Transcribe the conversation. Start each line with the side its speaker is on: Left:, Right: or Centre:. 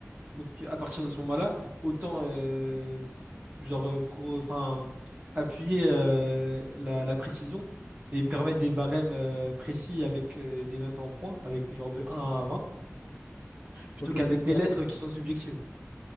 Right: Donc à partir de ce moment-là, autant euh, genre euh, pro, enfin appuyer euh, la, la précision et permettre des barèmes euh, précis avec euh, des notes en points, avec genre de un à 20, plutôt
Left: Ok,
Right: qu'avec
Left: mais tu sais,
Right: des lettres
Left: à part,
Right: qui sont subjectives.